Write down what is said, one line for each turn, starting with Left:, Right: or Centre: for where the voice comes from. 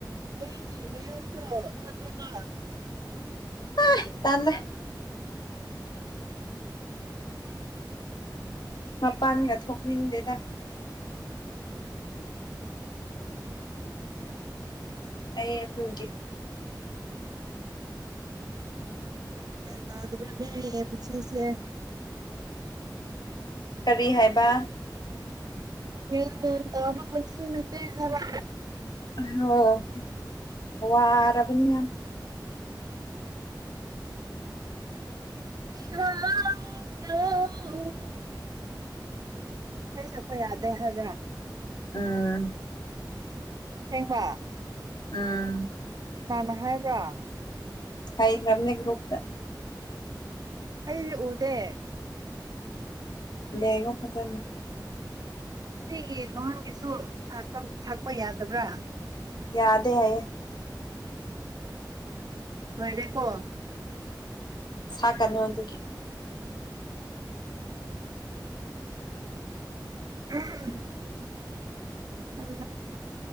Right: ꯃꯣꯏꯒꯤ ꯃꯌꯨꯝꯗꯣ ꯆꯠꯂꯕ
Left: ꯑꯩ ꯇꯥꯜꯂꯦ ꯃꯄꯥꯟꯒ ꯊꯣꯛꯅꯤꯡꯗꯦꯗ ꯑꯩ ꯑꯗꯨꯒꯤ
Right: ꯀꯌꯥꯟ ꯃꯦꯟ ꯇꯥꯗꯕꯅꯦ ꯄꯨꯟꯁꯤꯁꯦ
Left: ꯀꯔꯤ ꯍꯥꯏꯕ
Right: ꯒꯌꯥꯟ ꯃꯦꯟ ꯇꯕꯥ ꯄꯨꯟꯁꯤ ꯅꯠꯇꯦ ꯍꯥꯢꯕ
Left: ꯑꯣ ꯋꯥꯔꯕꯅꯤꯅ
Right: ꯍ ꯍꯥꯎ <unintelligible> ꯢꯁꯩ ꯁꯥꯛꯄ ꯌꯥꯗꯦ ꯍꯥꯢꯕ꯭ꯔꯥ
Left: ꯎꯝ
Right: ꯑꯁꯦꯡꯕ
Left: ꯎꯝ
Right: ꯀꯅꯅꯥ ꯍꯥꯏꯕ꯭ꯔꯥ
Left: ꯍꯥꯢꯈ꯭ꯔꯝꯅꯤ ꯒ꯭ꯔꯨꯨꯞꯇ
Right: ꯑꯩꯗꯤ ꯎꯗꯦ
Left: ꯌꯦꯡꯉꯨ ꯐꯖꯅ
Right: ꯁꯤꯒꯤ ꯅꯍꯣꯟꯒꯤꯁꯨ ꯁꯛꯄ ꯌꯥꯗꯕ꯭ꯔꯥ
Left: ꯌꯥꯗꯦ ꯍꯥꯏꯌꯦ
Right: ꯂꯣꯏꯔꯦꯀꯣ
Left: ꯁꯥꯛꯀꯅꯨ ꯑꯗꯨꯒꯤ
Right: ꯎꯝ <unintelligible> ꯑ